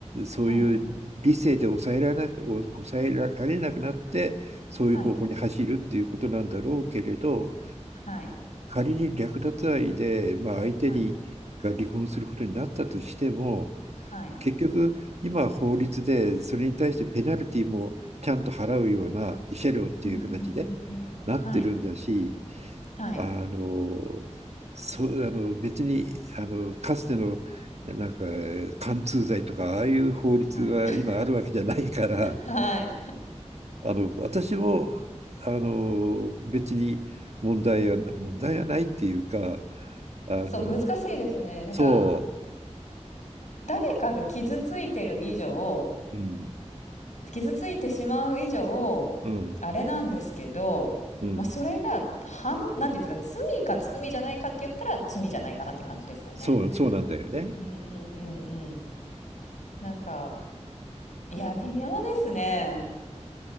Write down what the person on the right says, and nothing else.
そういう理性で抑えられなく、
抑えられなくなってそういう方向に走るっていうことなんだろうけれど
仮に略奪愛で、まあ、相手にが離婚することになったとしても
結局、今は法律で、それに対してペナルティもちゃんと払うような慰謝料っていう形で
なってるんだし、
あの、そう、あの、別に、あの、かつての、なんか、貫通罪とか、ああいう法律が今あるわけじゃないから、
あの、私も、あの、別に問題は、問題はないっていうか、あの、
そ
う、うん、
うん、
うん。
そう、そうなんだよね。